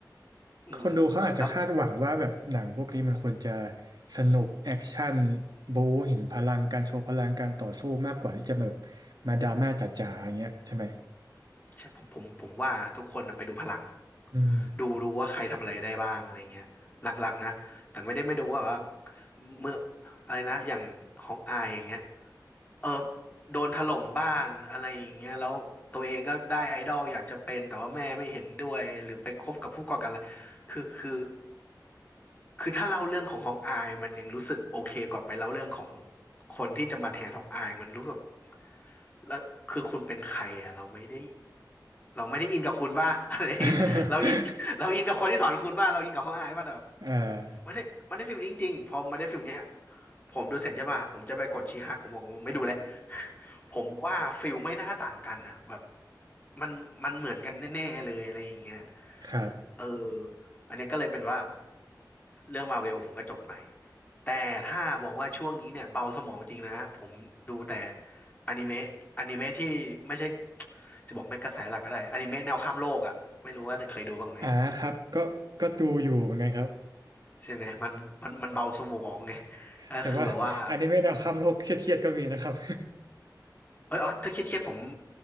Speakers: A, on the left; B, on the right.
A: อืม
B: คนดูเขาอาจจะคาดหวังว่าแบบหนังพวกนี้มันควรจะ
A: แล้ว
B: สนุกแอคชั่นบู๊เห็นพลังการโชว์พลังการต่อสู้มากกว่าที่จะแบบมาดราม่าจ๋าๆอย่างเงี้ยใช่ไหม
A: ใช่ผมผมผมว่าทุกคนน่ะไปดูพลัง
B: อืม
A: ดูดูว่าใครทำอะไรได้บ้างอะไรเงี้ยหลักๆนะแต่ไม่ได้ไม่ดูว่าแบบว่าเมื่ออะไรนะอย่างของอายอย่างเงี้ยเออโดนถล่มบ้านอะไรอย่างเงี้ยแล้วตัวเองก็ได้ไอดอลอยากจะเป็นแต่ว่าแม่ไม่เห็นด้วยหรือไปคบกับผู้ก่อการร้ายคือคือคือถ้าเล่าเรื่องของของอายมันยังรู้สึกโอเคกว่าไปเล่าเรื่องของคนที่จะมาแทนของอายมันรู้สึกแล้วคือคุณเป็นใครอ่ะเราไม่ได้เราไม่ได้อินกับคุณว่า <laughs> อะไรอย่างเงี้ยเราอินเราอินกับคนที่สอนคุณว่าเราอินกับของอายว่าแบบ
B: <laughs> เอ่อ
A: มันได้มันได้ฟิลนี้จริงๆพอมันได้ฟิลเนี้ยผมดูเสร็จใช่ป่ะผมจะไปกดชีฮักผมบอกผมไม่ดูแล้ว <laughs> ผมว่าฟิลไม่น่าต่างกันอะแบบมันมันเหมือนกันแน่ๆเลยอะไรอย่างเงี้ย
B: <laughs> ครับ
A: เอออันเนี้ยก็เลยเป็นว่าเรื่องมาเวลผมก็จบไปแต่ถ้าบอกว่าช่วงนี้เนี่ยเบาสมองจริงนะผมดูแต่อนิเมะอนิเมะที่ไม่ใช่จะบอกไม่กระแสหลักก็ได้อนิเมะแนวข้ามโลกอะไม่รู้ว่าเคยดูบ้างไหม
B: อ่าครับก็ก็ดูอยู่เหมือนกันครับ
A: ใช่ไหมมันมันมันเบาสมองไงก็คือแบบว่า
B: แต่ว่าอันนี้ไม่แนวคำโลกเครียดๆก็มีนะครับ
A: เอยอ๋อถ้าเครียดเครียดผม